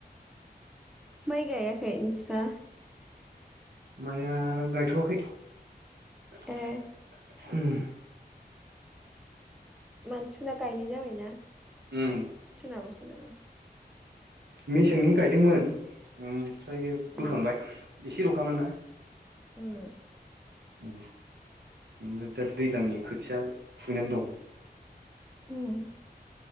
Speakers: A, in the centre; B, on the right (about 90°).
A: माइ गायाखै नोंस्रा?
B: माइआ गायथवाखै। <inaudible>
A: ए
B: उम
A: मानसिफोराना गायनाय जाबायना
B: उम
A: सोनाबा सोनाबा।
B: मेसेंनि गाय दोंमोन ओमफ्राय बोखांबाय
A: ए
B: एसे लखामोन ना।
A: उम
B: उम ओमफ्राय दा दैज्लांनि खोथिया खुबैनानै दं।
A: उम।